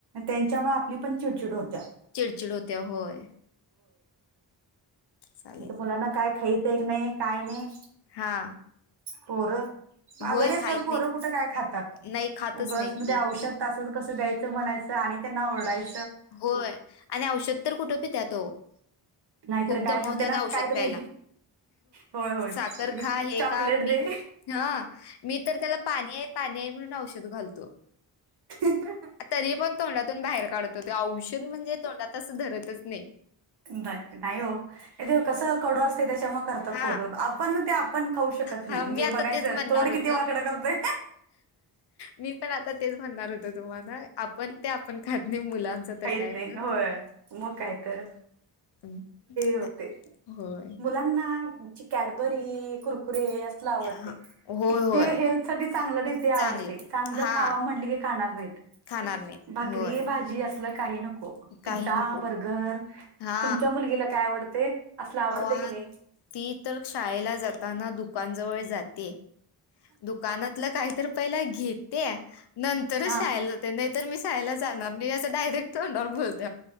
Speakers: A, on the right; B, on the left.
A: त्यांच्यामुळे आपली पण चिडचिड होती.
B: चिडचिड होत्या होय. चालेल
A: म्हण मुलांना काय खळत एक नाही काय <unintelligible> नाही
B: हा.
A: पोरं
B: होय
A: अगरे
B: खात
A: तर पोरं
B: नाहीत
A: कुठं काय खातात,
B: नाही खातच
A: उगच
B: नाहीत की
A: औषध कस द्यायचं म्हणायचं आणि त्यांना ओडायचं
B: होय आणि औषध तर कुठे पित्यात ओ.
A: नाहीतर
B: खूप
A: काय
B: दमवतात
A: नाही त्यांना
B: औषध
A: काहीतरी
B: प्यायला.
A: होय होय
B: साखर खा हे
A: चॉकलेट
B: खा, मी
A: दे
B: हा- मी तर त्याला पाणी आहे, पाणी आहे, म्हणून औषध घालतो.
A: हह <unintelligible>
B: तरी पण तोंडातून बाहेर काढत होते औषध म्हणजे तोंडात तसं धरतच नाही.
A: नाही हो जे कस कडू असते, त्याच्या मग करतात
B: हा
A: पोरं, आपण मग ते पण खाऊ शकत नाही,
B: हा
A: म्हणजे
B: मी आता
A: बघायचं
B: तेच म्हणणार
A: तोंड
B: होतो.
A: किती वाकडं करतय.
B: मी पण आता तेच म्हणणार होत तुम्हाला, आपण ते आपण खात नाही मुलांच तर
A: खाईत
B: काय
A: नाही
B: म्हणून
A: होय मग काय तर
B: हं, नाही.
A: होते
B: होय
A: मुलांना कॅडबरी कु हे असलं आवडतंय
B: हा होय होय
A: जे हेल्थ साठी चांगलंय
B: चांगलं हा
A: खावा म्हंटलं की खा नाहीत
B: खाणार नाही
A: भाखरी
B: होय
A: भाजी असलं खाणार काही नको पिझ्झा
B: काही नको
A: बर्गर
B: हा
A: तुमच्या मुलगीला काय आवडते असलं आवडते
B: अवा
A: की नाही
B: ती तर शाळेला जाताना दुकान जवळ जाते दुकानातलं काहीतर पहिला घेते नंतरच
A: हा
B: शाळेला जाते नाहीतर मी शाळेला जाणार नाही असं डायरेक्ट तोंडावर बत